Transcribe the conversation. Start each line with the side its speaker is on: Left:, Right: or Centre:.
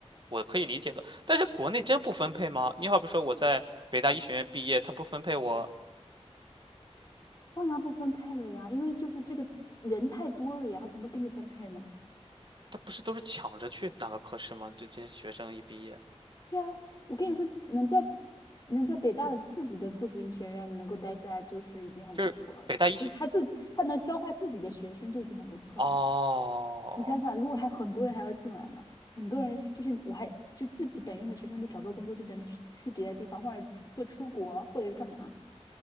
Right: 我可以理解的。但是国内真不分配吗？你好比说我在北大医学院毕业，他不分配我，
Left: 当然不分配了呀，因为就是这个人太多了呀，还怎么给你分配呢？
Right: 他不是都是抢着去哪个科室吗？这这些学生一毕业，
Left: 对啊，我跟你说，能在能在北大的自己的附属医学院能够待下来，就是已经很不错了。
Right: 就是北大医学。
Left: 就是他自他能消化自己的学生就已经很不错了。
Right: 哦
Left: 你想想，如果还很多人还要进来呢，很多人就是我还就自己本院的学生都找不到工作，就只能去去别的地方，或者或出国，或者是干嘛。